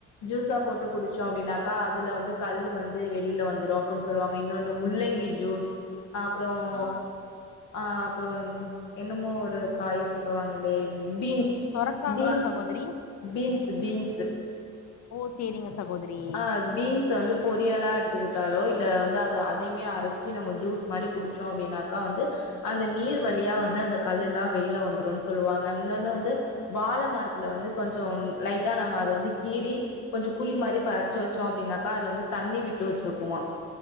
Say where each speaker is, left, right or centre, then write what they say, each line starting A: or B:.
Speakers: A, on the left (about 85°); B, on the left (about 60°).
A: ஜூஸா போட்டு குடிச்சோ அப்டின்னாக்கா அதுல வந்து கல்லு வந்து வெளியில வந்துரு அப்புன் சொல்லுவாங்க இன்னொன்னு முள்ளங்கி ஜூஸ் அப்புறம்
B: ஆ
A: ஆ அப்புறம் என்னமோ ஒரு காய் சொல்லுவாங்ளே பீன்ஸ்
B: சொரக்காங்ளா
A: பீன்ஸ்
B: சகோதரி
A: பீன்ஸ் பீன்ஸு
B: ஓ செரிங்க சகோதரி
A: ஆ பீன்ஸ் வந்து பொரியலா எடுத்துக்கிட்டாலோ இல்ல வந்து அத அதைய்மே அரைச்சி நம்ம ஜூஸ் மாரி குடிச்சோ அப்டின்னாக்கா வந்து அந்த நீர் வழியா வந்து அந்த கல்லுலா வெளியில வந்துருன் சொல்லுவாங்க இன்னொன்னு வந்து வாழ மரத்துல வந்து கொஞ்சம் லைட்டா நம்ம வந்து கீறி கொஞ்ச குழி மாரி இப்ப அரைச்சு வச்சோ அப்டின்னாக்கா அதுல வந்து தண்ணி விட்டு வச்சிருக்குமா